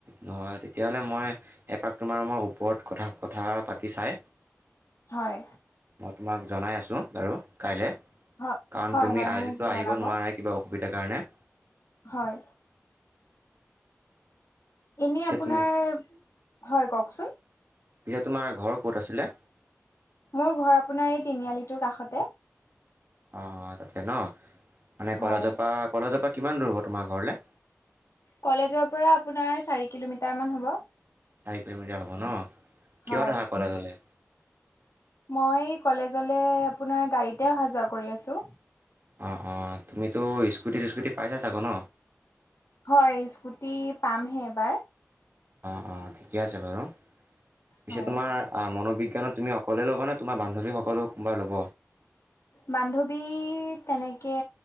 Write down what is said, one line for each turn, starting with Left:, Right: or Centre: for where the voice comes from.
Right: ন তেতিয়াহ'লে মই, এপাক তোমাৰ মই ওপৰত কথা কথা পাতি চাই।
Left: হয়।
Right: ম তোমাক জনাই আছোঁ বাৰু কাইলৈ,
Left: হয়
Right: কাৰণ
Left: হয়
Right: তুমি
Left: হয়
Right: আজিতো
Left: মোক জনাব
Right: আহিব নোৱাৰাই কিবা অসু- অসুবিধা কাৰণে।
Left: হয়, এনে
Right: পিছে
Left: আপোনাৰ
Right: তুম
Left: হয় কওকচোন।
Right: পিছে তোমাৰ ঘৰ ক'ত আছিলে?
Left: মোৰ ঘৰ আপোনাৰ এই তিনিআলিটোৰ কাষতে।
Right: অ অ তাতে ন, মানে
Left: হয়
Right: কলজৰ পৰা কলেজৰ পৰা কিমান দূৰ হ'ব তোমাৰ ঘৰলে।
Left: কলেজৰ পৰা আপোনাৰ চাৰি কিলোমিটাৰ মান হ'ব।
Right: চাৰি কিলোমিটাৰ হব ন
Left: হয়
Right: কিহত আহা কলেজলে।
Left: মই কলেজলৈ আপোনাৰ গাড়ীতে অহা যোৱা কৰি আছোঁ।
Right: অঁ অঁ তুমিতো স্কুটি চিস্কুটি পাইছা চাগৈ ন।
Left: হয় স্কুটি পামহে এবাৰ।
Right: অঁ অঁ ঠিকে আছে বাৰু, পিছে
Left: হয়
Right: তোমাৰ মনোবিজ্ঞানত। তুমি অকলে ল'বা নে তোমাৰ বান্ধৱীসকলেও কোনোবা ল'ব।
Left: বান্ধৱী তেনেকে,